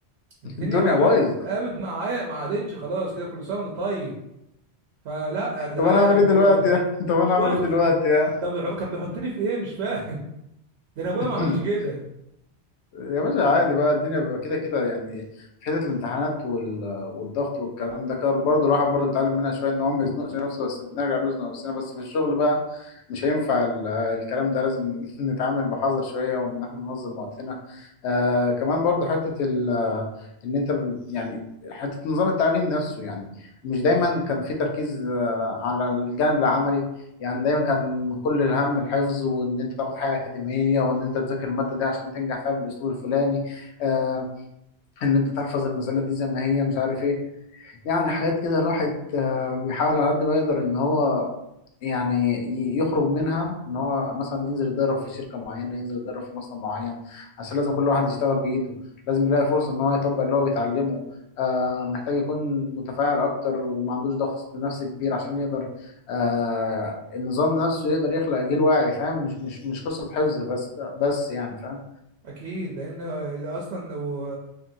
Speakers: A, on the right; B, on the left.
A: الدنيا
B: الدنيا
A: مقام-
B: بايظه
A: قامت معايا ما عادتش خلاص كده كل سنه وانت طيب فلا يا جدعان
B: طب انا اعمل ايه
A: ده
B: دلوقتي <laughs> طب
A: ده
B: انا
A: مش
B: اعمل
A: ضغط
B: ايه دلوقتي
A: <laughs>
B: يعني؟
A: طب كان بيحطني في ايه مش فاهم ده انا ابويا
B: <laughs>
A: ما عملش كده
B: يا باشا عادي بقى الدنيا بيبقى كده كده يعني في حته الامتحانات وال... والضغط والكلام ده كده برضه الواحد برضه بيتعلم منها شويه ان هو ما يزنقش نفسه بس بنرجع نزنق نفسنا بس في الشغل بقى مش هينفع ال... الكلام ده لازم <laughs> نتعامل بحذر شويه وان احنا ننظم وقتنا آه كمان برضه حته ال... ان انت ب... يعني حته نظام التعليم نفسه يعني مش دايما كان في تركيز آه على الجانب العملي يعني دايما كان كل الهم الحفظ وان انت تاخد حاجه اكاديميه وان انت تذاكر الماده دي عشان تنجح فيها بالاسلوب الفلاني آه ان انت تحفظ المساله دي زي ما هي مش عارف ايه يعني حاجات كده الواحد آه، بيحاول على قد ما يقدر ان هو يعني ي- يخرج منها ان هو مثلا ينزل يتدرب في شركة معينة ينزل يتدرب في مصنع معين عشان لازم كل واحد يشتغل بإيده لازم يلاقي فرصة ان هو يطبق اللي هو بيتعلمه آه، محتاج يكون متفاعل اكتر وما عندوش ضغط نفسي كبير عشان يقدر آه، النظام نفسه يقدر يخلق جيل واعي فاهم مش مش مش قصة حفظ بس بس يعني فاهم
A: اكيد لان اصلا لو